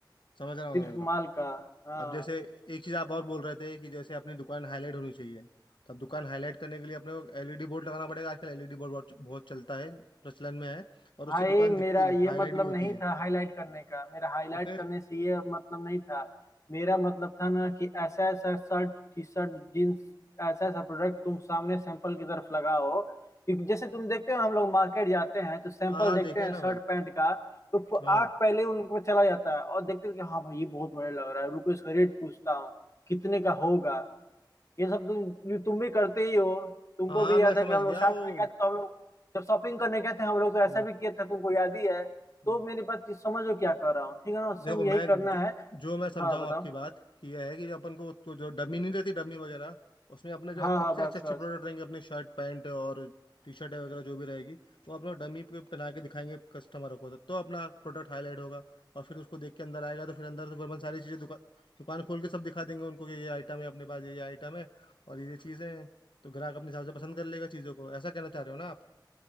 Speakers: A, on the left (about 80°); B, on the left (about 40°).
A: समझ रहा हूँ
B: सिर्फ
A: समझ
B: माल
A: रहा हूँ
B: का हाँ
A: अब जैसे एक चीज़ आप और बोल रहे थे कि जैसे अपनी दुकान हाईलाइट होनी चाहिए तो अब दुकान हाईलाइट करने के लिए अपने को एलईडी बोर्ड लगाना पड़ेगा आजकल एलईडी बोर्ड बहुत बहुत चलता है प्रचलन में है और
B: भाई
A: उससे दुकान
B: मेरा
A: दिखती
B: ये
A: हाईलाइट
B: मतलब
A: भी होती
B: नहीं
A: है
B: था हाईलाइट करने का मेरा हाईलाइट
A: तो फिर
B: करने से ये मतलब नहीं था मेरा मतलब था ना कि ऐसा ऐसा शर्ट टी शर्ट जीन्स ऐसा ऐसा प्रोडक्ट तुम सामने सैंपल की तरफ लगाओ क्योंकि जैसे तुम देखते हो हम लोग मार्केट जाते हैं तो सैंपल
A: हाँ हाँ
B: देखते
A: देखा
B: हैं
A: है ना
B: शर्ट
A: भाई
B: पैंट का तो फ-
A: हाँ
B: आंख पहले उन पे चला जाता है और देखते हैं कि हाँ भाई ये बहुत बड़ा लग रहा है रुको इसका रेट पूछता हूँ कितने का होगा ये सब तुम ये तुम भी करते ही हो तुमको
A: हाँ हाँ
B: भी
A: मैं
B: याद
A: समझ
B: है कि हम लोग
A: गया
B: साथ
A: वो
B: में गए थे तो हम लोग जब शॉपिंग करने गए थे हम लोग तो ऐसा
A: हम्म,
B: भी किए थे तुमको याद ही है तो
A: हम्म।
B: मेरी बात ये समझो क्या कर रहा हूँ ठीक है ना सेम
A: देखो
B: यही
A: मैं
B: करना
A: जो,
B: है
A: जो मैं समझाऊँ
B: हाँ बताओ
A: आपकी बात कि यह है कि जो अपन को तो जो डमी नहीं रहती डमी वगैरह उसमें अपने जो
B: हाँ हाँ
A: सबसे
B: बस
A: अच्छे अच्छे
B: बस
A: प्रोडक्ट रहेंगे अपने शर्ट पैंट और टी शर्ट वगैरह जो भी रहेगी वो अपना डमी पे पहना के दिखाएंगे कस्टमर को तो, तो अपना प्रोडक्ट हाईलाइट होगा और फिर उसको देख के अंदर आएगा तो फिर अंदर से फिर अपन सारी चीज़ें दुकान दुकान खोल के सब दिखा देंगे उनको कि ये आइटम है अपने पास ये आइटम है और ये चीज़ें हैं तो ग्राहक अपने हिसाब से पसंद कर लेगा चीज़ों को ऐसा कहना चाह रहे हो ना आप